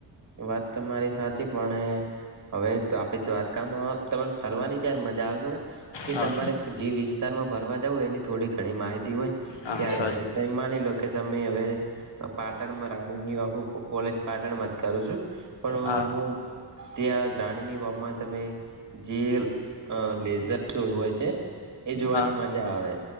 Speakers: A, on the right (about 40°); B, on the left (about 70°).
A: વાત તો મારી સાચી પણ હવે આપડી દ્વારકામાં તમે ફરવાની જયાર મજા આવે ખબર કે
B: હા
A: તમારે જે વિસ્તારમાં ફરવા જવ એની થોડી ઘણી માહિતી હોય
B: હા
A: ત્યારે
B: સાચી
A: હવે
B: વાત
A: માની લો તમે હવે પાટણમાં રાણીની વાહુ કોલેજ પાટણમાં જ કરું છું. પણ
B: હા
A: હું ત્યાં જાણીની બાબમાં તમે. જે લેઝર સો હોય છે એ જોવાની
B: હા
A: મજા આવે.